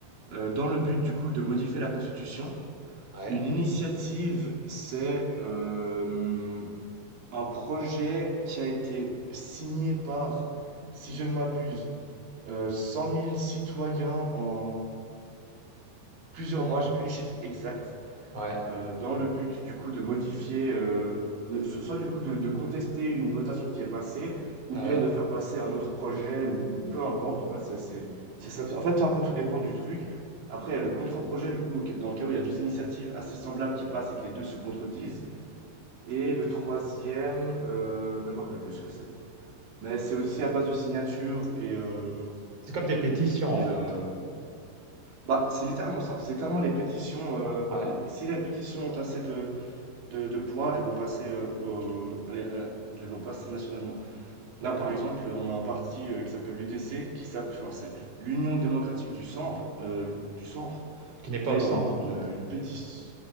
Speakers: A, on the right; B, on the right.
A: euh, dans le but du coup de modifier la Constitution.
B: Ouais,
A: Une initiative, c'est euh, un projet qui a été signé par, si je ne m'abuse, euh, 100 000 citoyens en plusieurs mois, j'ai plus les chiffres exacts.
B: ouais,
A: euh, dans le but du coup de modifier, euh, de- so- soit du coup de, de contester une votation qui est passée, ou
B: ah
A: bien
B: ouais.
A: de faire passer un autre projet, ou, ou peu importe. En fait, c'est, c'est- c'est ça- en fait, après, tout dépend du truc. Après, il y a le contre-projet, du coup, dans le cas où il y a deux initiatives assez semblables qui passent et que les deux se contredisent. Et le troisième, euh, bah, je me rappelle plus ce que c'est. Mais c'est aussi à base de signatures et, euh,
B: C'est comme des pétitions
A: et
B: en fait.
A: euh, bah, c'est littéralement ça. C'est littéralement les pétitions. euh,
B: Ouais,
A: les- si la pétition ont assez de, de de poids, elles vont passer, heu, au allez, heu, elles vont passer nationalement.
B: d'accord.
A: Là, par exemple, on a un parti, heu, qui s'appelle l'UDC, qui s'appelle enfin, c'est l'Union démocratique du Centre, heu, du Centre.
B: Qui n'est pas
A: Là,
B: au
A: ils
B: centre
A: ont une
B: en fait.
A: une, une pétition